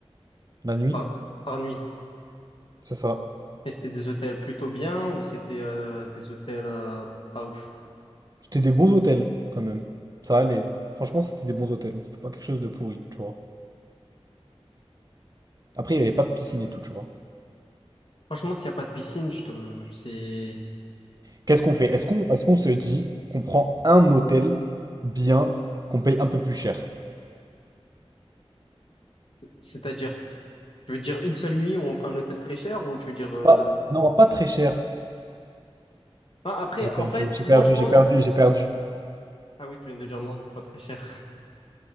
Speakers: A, on the right; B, on the left.
A: la nuit.
B: Par, par nuit.
A: C'est ça.
B: Et c'était des hôtels plutôt bien ou c'était euh, des hôtels euh, pas ouf?
A: C'était des bons hôtels quand même. Ça allait. Franchement, c'était des bons hôtels. C'était pas quelque chose de pourri, tu vois. Après, il y avait pas de piscine et tout, tu vois.
B: Franchement, s'il n'y a pas de piscine, je te... c'est...
A: Qu'est-ce qu'on fait? Est-ce qu'on est-ce qu'on se dit qu'on prend un hôtel bien, qu'on paye un peu plus cher?
B: C'est-à-dire, tu veux dire une seule nuit où on prend un hôtel très cher ou tu veux dire... euh,
A: Pas- non, pas très cher.
B: ah, après,
A: J'ai perdu,
B: en fait,
A: j'ai
B: moi
A: perdu,
B: je pense...
A: j'ai perdu, j'ai perdu.
B: Ah oui, tu viens de dire non, pas très cher. <laughs>